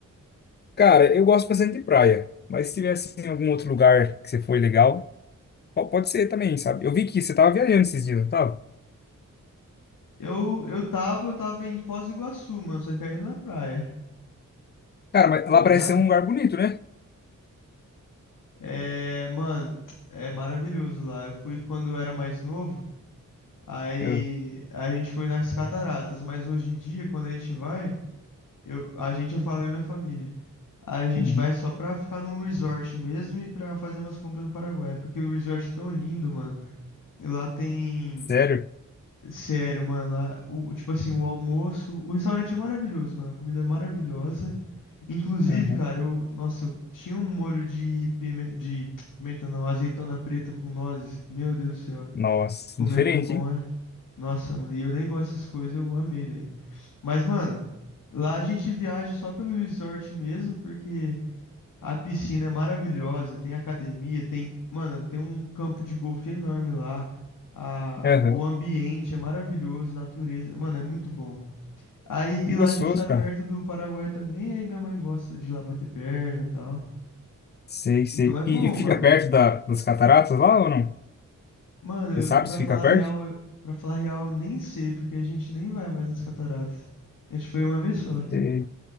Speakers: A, on the left; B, on the left.
A: Cara, eu gosto bastante de praia, mas se tivesse em algum outro lugar que você foi legal, po- pode ser também, sabe? Eu vi que você tava viajando esses dias, não tava?
B: Eu, eu tava, eu tava em Foz do Iguaçu, mano, só que aí não é praia,
A: Cara, mas
B: tá
A: lá
B: ligado?
A: parece ser um lugar bonito, né?
B: É, mano, é maravilhoso lá. Eu fui quando eu era mais novo, aí
A: Eu-
B: a gente foi nas cataratas, mas hoje em dia, quando a gente vai, eu, a gente, eu falo eu e minha família. A gente
A: Uhum.
B: vai só pra ficar num resort mesmo e pra fazer umas compras no Paraguai, porque o resort é tão lindo, mano. E Lá tem.
A: sério?
B: Sério, mano, lá. O, tipo assim, o almoço. O restaurante é maravilhoso, mano. A comida é maravilhosa. Inclusive,
A: Aham.
B: cara, eu. Nossa, eu tinha um molho de pime- de <tsk> pimenta, não, azeitona preta com nozes. Meu Deus do céu.
A: Nossa,
B: Comer
A: diferente,
B: com pão
A: hein?
B: é. Nossa, mano. E eu nem gosto dessas coisas, eu amei, velho. Mas, mano, lá a gente viaja só pelo resort mesmo, porque. A piscina é maravilhosa, tem academia, tem, mano, tem um campo de golfe enorme lá. A,
A: Aham.
B: o ambiente é maravilhoso, natureza, mano, é muito bom. Aí
A: E
B: e lá
A: gostoso,
B: a gente tá perto
A: cara.
B: do Paraguai também, aí minha mãe gosta de ir lá bater perna e tal.
A: Sei, sei.
B: Então é bom,
A: E, e
B: mano.
A: fica perto da, das cataratas lá ou não?
B: Mano,
A: Você sabe
B: eu, pra
A: se
B: falar
A: fica perto?
B: real, eu, pra falar real, eu nem sei, porque a gente nem vai mais nas cataratas. A gente foi uma vez só.
A: Sei.